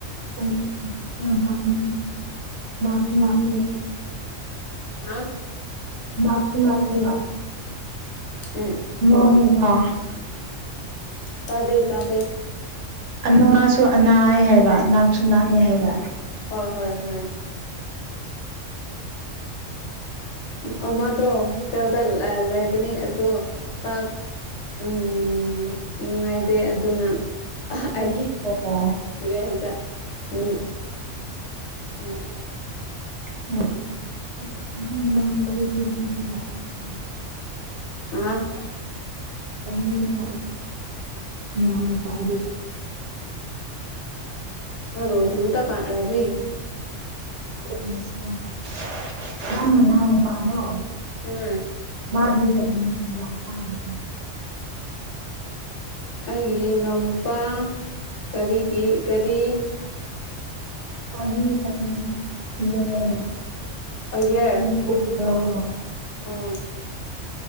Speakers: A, on the right; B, on the left.
A: ꯑꯣ ꯑꯣ ꯌꯥꯝ ꯐꯩꯅꯥ ꯅꯛꯁꯨ ꯂꯥꯞꯄꯦ
B: <unintelligible>
A: ꯅꯛꯁꯨ ꯅꯛꯏꯕ
B: ꯎꯝ
A: <unintelligible>
B: ꯇꯥꯗꯦ ꯇꯥꯗꯦ
A: ꯑꯅꯥꯁꯨ ꯑꯅꯥꯑꯦ ꯍꯥꯏꯕ ꯅꯛꯁꯨ ꯅꯥꯛꯑꯦ ꯍꯥꯏꯕ
B: ꯍꯣ ꯍꯣꯏ ꯍꯣꯏ ꯎꯝ ꯑꯃꯗꯣ ꯍꯣꯁꯇꯦꯜꯗ ꯂꯩ ꯂꯩꯕꯅꯤ ꯑꯗꯨ ꯆꯥꯛ ꯎꯨꯝ ꯅꯨꯡꯉꯥꯏꯗꯦ ꯑꯗꯨꯅ ꯑꯩꯒꯤ
A: <unintelligible>
B: ꯔꯦꯟꯇ ꯃꯤ ꯎꯝ
A: <unintelligible>
B: ꯍꯥꯥ
A: <unintelligible> ꯅꯪꯒꯤ ꯏꯅꯥꯎ ꯅꯨꯄꯥꯗꯨ
B: <unintelligible>
A: <unintelligible> ꯅꯪ ꯅꯅꯥꯎ ꯅꯨꯄꯥꯗꯣ
B: ꯎꯝ
A: ꯃꯥꯗꯤ ꯀꯔꯤ <unintelligible>
B: ꯑꯩꯒꯤ ꯏꯅꯥꯎꯅꯨꯄꯥ ꯀꯔꯤꯒꯤ ꯀꯔꯤ
A: <unintelligible>
B: ꯑꯩꯌꯦ
A: <unintelligible>
B: ꯑ